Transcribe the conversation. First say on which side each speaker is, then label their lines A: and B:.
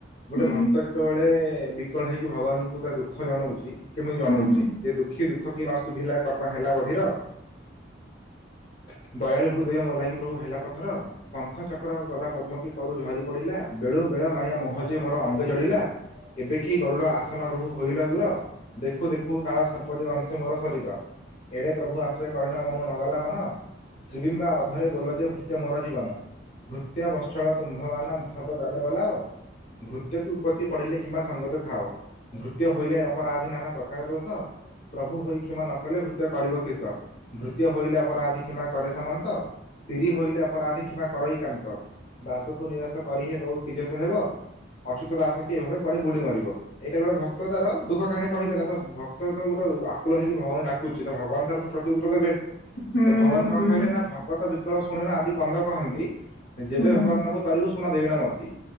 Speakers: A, on the left (about 40°); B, on the left (about 75°).
A: ଗୋଟେ
B: ହୁଁ
A: ଭକ୍ତ ଯେତେବେଳେ ବିକଳ ହେଇକି ଭଗବାନଙ୍କୁ ତା ଦୁଃଖ ଜଣଉଚି କେମିତି ଜଣଉଚି
B: ହୁଁ ହୁଁ ହୁଁ ହୁଁ
A: ଯେ ଦୁଃଖ କି ଦୁଃଖ କିଏ ନ ଶୁଭିଲା କର୍ମ ହେଲା ବଧିର।
B: <inaudible>
A: ଦୟାଳୁ ହୃଦୟ ମଲାଗୀ ପ୍ରଭୁ ହେଲା ପଥର, ଶଙ୍ଖ ଚକ୍ର ଗଦା ପଦ୍ମକୀ କରୁ ଝରି ପଡ଼ିଲା। ବେଳୁ ବେଳ ମାୟା ମହଜ ମୋର ଅଙ୍ଗେ ଜଡ଼ିଲା, ଏବେ କିି ଗରୁଡ଼ ଆସନ ପ୍ରଭୁ ହୋଇଲ ଦୂର ଦେଖୁ ଦେଖୁ କାଳ ସର୍ପୋଚ ଦଂଶେ ମୋର ଶରୀର। ଏଡ଼େ ପ୍ରଭୁ ଆଶ୍ରୟ କରିନ ମନୁ ନଗଲା ମନ ଶ୍ରୀବିମ୍ବା ଅଧରେ ବୋଲ ଯେ ଭୃତ୍ୟ ମୋର ଜୀବ, ନ ଭୃତ୍ୟ ବଚଳ ତୁମ୍ଭବାନ ସର୍ବ ଜନେ ବଲ ଭୃତ୍ୟକୁ ଉତ୍ପତ୍ତି ପଢ଼ିଲେ କିମ୍ବା ସଙ୍ଗତ ଥାଅ। ଭୃତ୍ୟ ହଇଲେ ଅପରାଧୀ ନାନା ପ୍ରକାର ଦୋଷ। ପ୍ରଭୁ ହୋଇ କ୍ଷମା ନ କଲେ ଭୃତ୍ୟ କରିବ କେଶ, ଭୃତ୍ୟ ହୋଇଲେ ଅପରାଧୀ କ୍ଷମା କରେ ସାମନ୍ତ ସ୍ଥିରି ହୋଇଲେ ଅପରାଧୀ କିମ୍ବା କରୋଇ କାନ୍ତ ଦାସକୁ ନିରାଶ କରିହେ ପ୍ରଭୁ କିଜେ ସ ହେବ ଅଚ୍ୟୁତ ଦାସ କି ଏ ଭବେ ପଡି ବୁଡି ମରିବ, ଏଇଟା ଗୋଟେ ଭକ୍ତ ତାର ଦୁଃଖ କହାଣୀ କହିଦେଲା ତ ଭକ୍ତ ଉପରେ ଗୋଟେ ଆକୁଳ ହେଇକି ଭଗବାନଙ୍କୁ ଡ଼ାକୁଛି ତ ଭଗବାନ ତାର ପ୍ରତିତ୍ତର ଦେବେ,
B: ହୁଁ
A: ତ ଭଗବାନ କଣ
B: ହୁଁ।
A: କହିଲେ ନା ଭ ତ ବିକଳ ଶୁଣି ନ ଆଦି କନ୍ଦ କହନ୍ତି, ଯେବେ
B: ହୁଁ
A: ଭବାନ
B: ହୁଁ
A: ନବ ତରିବୁ ଶୁଣ ଦେଇଣ ନାତି